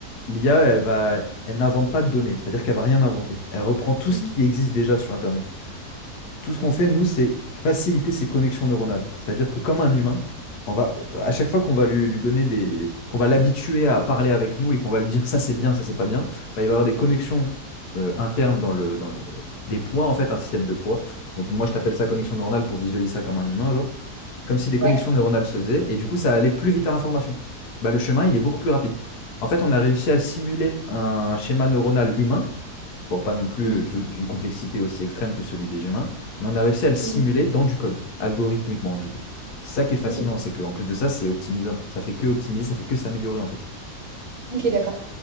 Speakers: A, on the left (about 70°); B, on the right (about 60°).
A: l'IA, elle va, elle n'invente pas de données, c'est-à-dire qu'elle va rien inventer. Elle reprend tout
B: Mm.
A: ce qui existe déjà sur Internet. Tout ce qu'on fait, nous, c'est faciliter ses connexions neuronales. C'est-à-dire que comme un humain, on va, à chaque fois qu'on va lui, lui donner des, qu'on va l'habituer à parler avec nous et qu'on va lui dire ça c'est bien, ça c'est pas bien, bah, il va y avoir des connexions euh, internes dans le, dans le, des poids, en fait, un système de poids. Donc moi, je t'appelle ça connexion neuronale pour visualiser ça comme un humain, genre. comme si des connexions
B: Ouais.
A: neuronales se faisaient, et du coup, ça allait plus vite à l'information. Bah, le chemin, il est beaucoup plus rapide. En fait, on a réussi à simuler un schéma neuronal humain, bon, pas non plus
B: Mhm.
A: du- d'une complexité aussi extrême que celui des humains, mais on a réussi à le simuler
B: Mm.
A: dans du code, algorithmiquement, du coup. C'est ça qui est fascinant,
B: Ok.
A: c'est qu'en plus de ça, c'est optimisable. Ça fait que optimiser, ça fait que s'améliorer, en fait.
B: Ok, d'accord.